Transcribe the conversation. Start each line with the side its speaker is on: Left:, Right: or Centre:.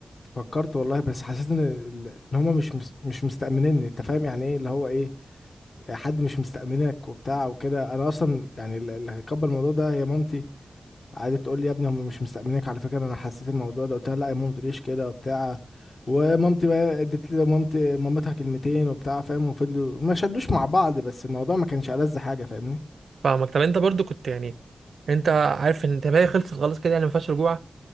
Left: فكرت والله بس حسيت ان ال- ان هما مش مس- مش مستأمنيني انت فاهم يعني ايه اللي هو ايه حد مش مستأمنك وبتاع وكده انا اصلا يعني ال- اللي هيكبر الموضوع ده هي مامتي قعدت تقول لي يا ابني هم مش مستأمنينك على فكرة انا حسيت الموضوع ده قلت لها لا يا ماما ما تقوليش كده وبتاع ومامتي بقى ادت لي مامتي مامتها كلمتين وبتاع فاهم وفضلوا ما شدوش مع بعض بس الموضوع ما كانش ألذ حاجة فاهمني
Right: فاهمك طب انت برضو كنت يعني انت عارف ان انت باقي خلصت خلاص كده يعني ما فيهاش رجوع